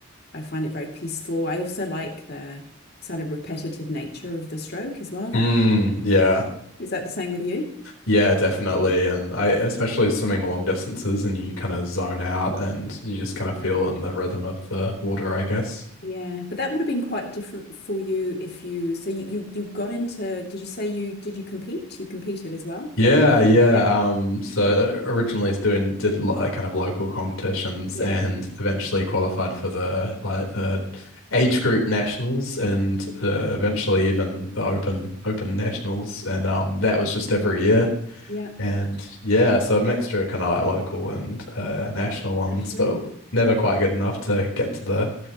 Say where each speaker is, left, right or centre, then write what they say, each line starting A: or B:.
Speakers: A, on the left; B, on the left.
A: I find it very peaceful. I also like the sort of repetitive nature of the stroke as well. That
B: Mm, yeah.
A: is that the same with you?
B: Yeah, definitely. And I especially swimming long distances and you kind of zone out and you just kind of feel in the rhythm of the water, I guess.
A: Yeah, but that would have been quite different for you if you, so you, you, you got into, did you say you, did you compete? You competed as well?
B: Yeah, yeah.
A: Yeah.
B: Um, so uh, originally it's doing did lo- like kind of local competitions
A: Yeah.
B: and eventually qualified for the like the age group nationals and uh, eventually even the open open nationals and um that was just
A: Yeah.
B: every year
A: Yeah.
B: and yeah so a mixture of kind of like local and uh, national ones
A: National.
B: but never quite good enough to get to the